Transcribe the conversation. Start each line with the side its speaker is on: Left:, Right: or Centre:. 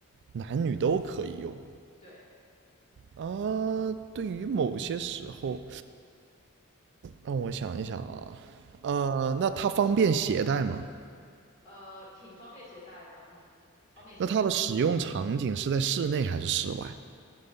Right: 男女都可以用
Left: 对，
Right: 啊。对于某些时候，让我想一想啊，呃，那它方便携带吗？
Left: 呃，挺方便携带的，嗯，方便携带，
Right: 那它的使用场景是在室内还是室外？